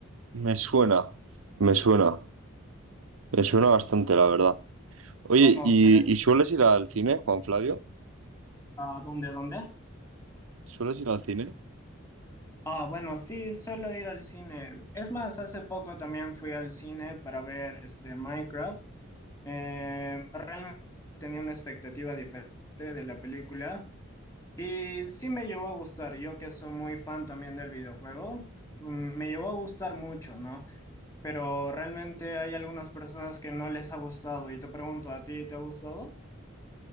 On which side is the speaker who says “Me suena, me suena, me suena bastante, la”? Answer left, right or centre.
Right